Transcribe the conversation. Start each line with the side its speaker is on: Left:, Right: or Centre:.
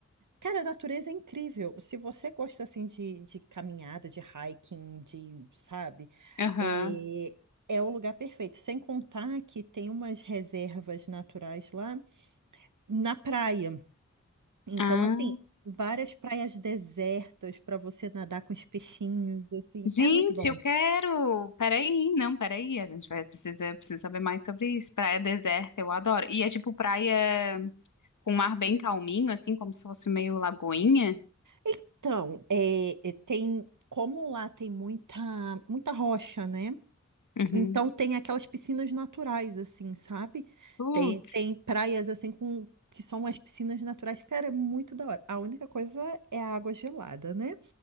Right: Cara, a natureza é incrível. Se você gosta assim de, de caminhada, de hiking, de, sabe,
Left: Aham.
Right: é, é o lugar perfeito. Sem contar que tem umas reservas naturais lá na praia. Então,
Left: Ah.
Right: assim, várias praias desertas para você nadar com os peixinhos, assim,
Left: Gente,
Right: é muito bom.
Left: eu quero. Peraí, não, peraí. A gente vai precisa, precisa saber mais sobre isso. Praia deserta, eu adoro. E é tipo praia com mar bem calminho, assim, como se fosse meio lagoinha.
Right: Então, é, é, tem como lá tem muita muita rocha, né?
Left: Uhum.
Right: Então tem aquelas piscinas naturais, assim, sabe?
Left: Putz,
Right: Tem, tem praias assim com que são as piscinas naturais, cara, é muito da hora. A única coisa é a água gelada, né?